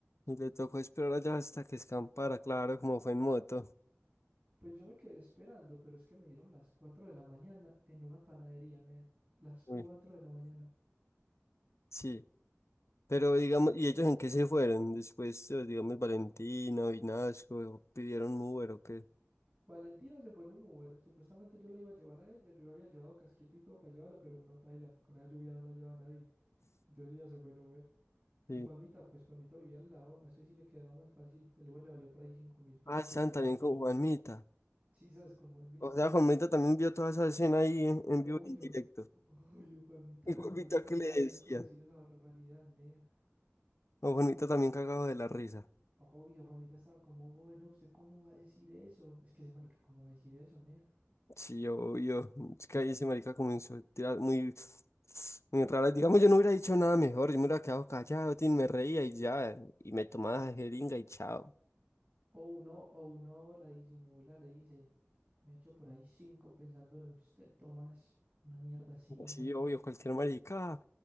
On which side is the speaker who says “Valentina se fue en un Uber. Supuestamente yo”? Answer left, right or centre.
Right